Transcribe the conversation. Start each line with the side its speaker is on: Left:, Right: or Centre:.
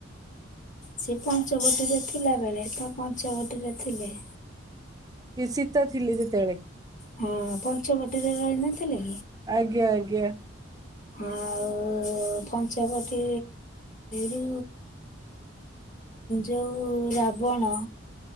Left: ସେ ପଞ୍ଚ ବଟିରେ ଥିଲା ବେଳେ ତା ପଞ୍ଚ ବଟିରେ ଥିଲେ।
Right: କିଶିତ ଥିଲେ ଯେତେବେଳେ।
Left: ହଁ ପଞ୍ଚବଟୀରେ ରହିନଥିଲେ।
Right: ଆଜ୍ଞା-ଆଜ୍ଞା।
Left: ଆଉ ପଞ୍ଚବଟୀ ରୁ ଯେଉଁ ରାବଣ